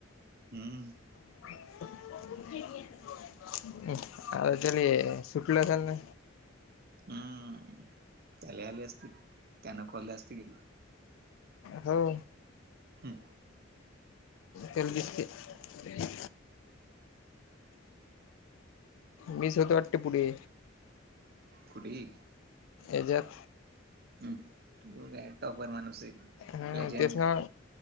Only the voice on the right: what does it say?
हम्म
हम्म त्याला आली असते त्यानं खोलल्या असते की
हम्म
कुढली
ह तू काय टॉपर मणूस आहे
लेजंट